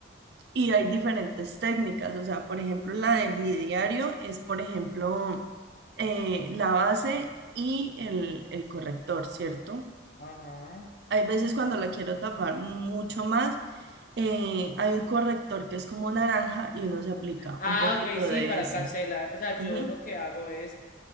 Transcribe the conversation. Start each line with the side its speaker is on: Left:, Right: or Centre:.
Right: y hay diferentes técnicas. O sea, por ejemplo, la de mi diario es, por ejemplo, eh, la base y el, el corrector, ¿cierto?
Left: Ajá.
Right: Hay veces cuando la quiero tapar mucho más, eh, hay un corrector que es como naranja y uno se aplica
Left: Ah,
Right: un poquito
Left: ok, sí,
Right: de
Left: para
Right: ese.
Left: cancelar. O sea, yo
Right: Ujú.
Left: lo que hago es...